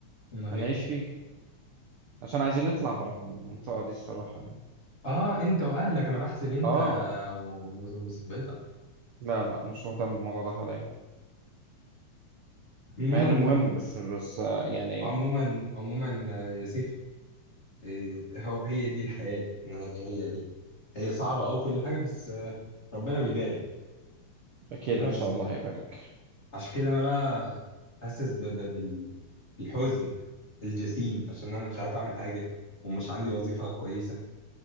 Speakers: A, on the left; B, on the right.
A: امال
B: هنعيش
A: ايه
B: فيه عشان عايزين نطلع بره المنطقه دي الصراحه يعني
A: اه انت واهلك انا بحسب انت
B: اه
A: و- و- وصاحبتك
B: لا لا مش مهتم بالموضوع ده حاليا
A: عموما
B: مع انه مهم بس بس آه، يعني
A: عموما عموما آه، يا سيف آه، هو هي دي الحياة إن هي هي دي هي صعبة أو كل حاجة بس آه، ربنا بيبارك
B: اكيد
A: ربنا
B: ان
A: بيسمناش
B: شاء الله هيبارك
A: عشان كده أنا بقى حاسس ب- ب- بال- بالحزن الجسيم عشان أنا مش عارف أعمل حاجة ومش عندي وظيفة كويسة